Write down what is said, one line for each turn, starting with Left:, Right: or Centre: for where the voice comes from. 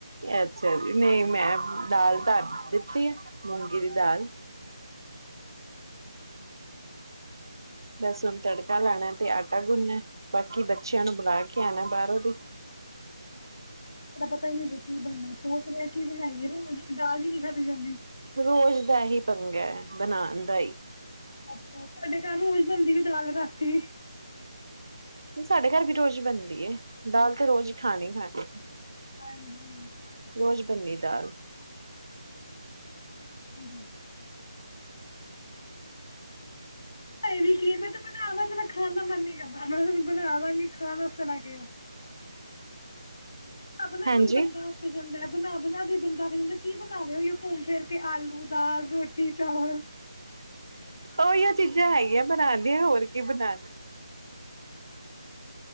Right: ਅੱਛਾ ਜ ਨਈ ਮੈਂ ਦਾਲ ਧਰ ਦਿੱਤੀ ਆ, ਮੂੰਗੀ ਦੀ ਦਾਲ। ਲਸੁਣ ਤੜਕਾ ਲਾਨੈ ਤੇ ਆਟਾ ਗੁੰਨਨੈ ਬਾਕੀ ਬੱਚ ਬੱਚਿਆਂ ਨੂੰ ਬਲਾ ਕੇ ਆਣੈ ਬਾਹਰੋਂ ਦੀ।
Left: ਦਾ ਪਤਾ ਈ ਨੀ ਰ ਕੀ ਬਣਨੈ। ਸੋਚ ਰਏ ਆ ਕੀ ਬਣਾਈਏ ਰੋਜ਼-ਰੋਜ਼ ਦਾਲ ਵੀ ਨਈ ਖਾਧੀ ਜਾਂਦੀ।
Right: ਰੋਜ਼ ਦਾ ਹੀ ਪੰਗਾ ਐ, ਬਨਾਣ ਦਾ ਈ।
Left: ਅੱਛਾ ਸਾਡੇ ਘਰ ਰੋਜ਼ ਬਣਦੀ ਵੇ ਦਾਲ ਰਾਤੀ।
Right: ਸਾਡੇ ਘਰ ਵੀ ਰੋਜ਼ ਈ ਬਣਦੀ ਏ, ਦਾਲ ਤੇ ਰੋਜ਼ ਈ ਖਾਣੀ ਈ ਖਾਣੀ
Left: ਹਾਂਜੀ
Right: ਰੋਜ਼ ਭਿੰਨੀ ਦਾਲ
Left: ਹੰ ਇਹ ਵੀ ਕੀ ਏ ਬਟ ਬਣਾ ਦਾਂ ਮੇਰਾ ਖਾਣ ਦਾ ਮਨ ਨਈ ਕਰਦਾ ਨਾ। ਬਣਾ ਦਾਂਗੀ ਖਾਣ ਆਸਤੇ ਨਾ ਕਹਿਓ। ਅਬ ਨੇ
Right: ਹਾਂਜੀ
Left: ਦੀ ਬੰਦਾ ਅੱਕ ਜਾਂਦੈ। ਬਣਾ ਬਣਾ ਕੇ ਬੰਦਾ ਕਹਿੰਦੇ ਕੀ ਬਣਾਵੇ ਹੋਈ ਉਹ ਘੁੰਮ ਫਿਰ ਕੇ ਆਲੂ ਦਾਲ ਰੋਟੀ ਚਾਵਲ
Right: ਉਹੀਓ ਚੀਜ਼ਾਂ ਹੈਗੀਆਂ ਬਣਾ ਦੀਆਂ ਹੋਰ ਕੀ ਬਣਾਣਾ